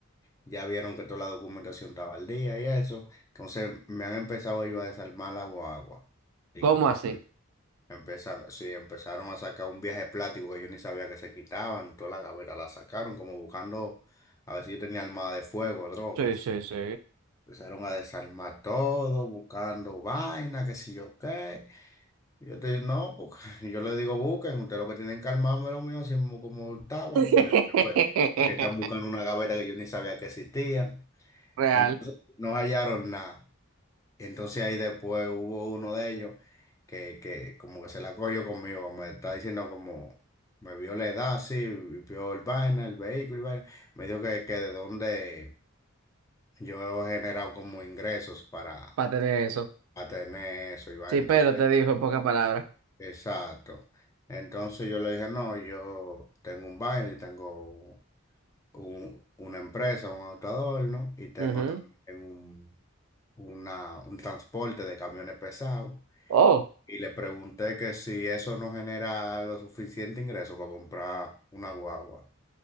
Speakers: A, on the left; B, on the right.
A: Ya vieron que toda la documentación estaba al día y eso. Entonces me han empezado ellos a desarmar la guagua. Y
B: ¿Cómo
A: que buscan-
B: así?
A: Empiezan, sí, empezaron a sacar un viaje plástico que yo ni sabía que se quitaban. Toda la gaveta la sacaron como buscando a ver si yo tenía armada de fuego, drogas.
B: Sí, sí, sí.
A: Empezaron a desarmar todo, buscando vaina, qué sé yo qué. Y Yo te digo no, porque <laughs> yo les digo, busquen, ustedes lo que tienen que armarme lo mío, así mismo como estaba,
B: <laughs>
A: porque después que están buscando una gaveta que yo ni sabía que existía.
B: real
A: Entonces no hallaron nada. Entonces ahí después hubo uno de ellos que, que como que se la cogió conmigo, me está diciendo como, me vio la edad, sí, y vio el vaina, el vehículo, y vaina. Me dijo que, que de dónde yo he generado como ingresos para
B: para tener eso.
A: a tener eso, Iván.
B: Sí, pero
A: Entonces,
B: te dijo en pocas palabras.
A: exacto. Entonces yo le dije, no, yo tengo un baile, tengo un- una empresa, un autoador, ¿no? Y tengo
B: Ujú.
A: también un, una- un transporte de camiones pesados.
B: Oh.
A: Y le pregunté que si eso no genera lo suficiente ingreso para comprar una guagua.